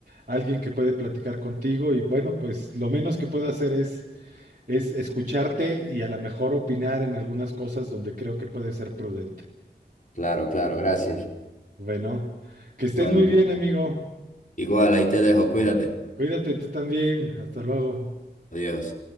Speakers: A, on the right; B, on the left.
A: alguien que puede platicar contigo y bueno, pues lo menos que puedo hacer es es escucharte y a lo mejor opinar en algunas cosas donde creo que puede ser prudente.
B: Claro, claro, gracias.
A: Bueno, que estés
B: Bueno,
A: muy bien, amigo.
B: igual ahí te dejo, cuídate.
A: Cuídate tú también. Hasta luego.
B: Adiós.